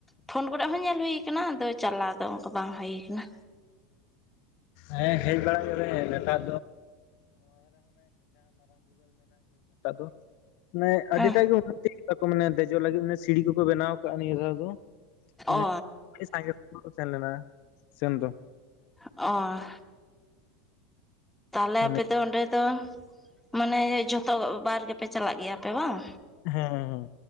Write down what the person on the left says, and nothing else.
ᱦᱮᱸ ᱦᱮᱡ ᱵᱟᱲᱟᱜ ᱜᱮᱞᱮ ᱱᱮᱛᱟᱨ ᱫᱚ <unintelligible> ᱢᱟᱱᱮ ᱟᱹᱰᱤᱴᱟᱜ
ᱜᱮ ᱩᱱᱱᱚᱛᱤ ᱠᱮᱫᱟ ᱠᱚ ᱢᱟᱱᱮ ᱫᱮᱡᱚᱜ ᱞᱟᱹᱜᱤᱫ ᱥᱤᱲᱤ ᱠᱚᱠᱚ ᱵᱮᱱᱟᱣ ᱠᱟᱜ-ᱟ ᱱᱤᱭᱟᱹ ᱫᱷᱟᱣ ᱫᱚ᱾ ᱢᱟᱱᱮ
ᱟᱹᱰᱤ ᱥᱟᱸᱜᱮ ᱠᱚ ᱥᱮᱱ ᱞᱮᱱᱟ ᱥᱮᱱ ᱫᱚ᱾
ᱢᱟᱱᱮ
ᱦᱮᱸ ᱦᱮᱸ ᱦᱮᱸ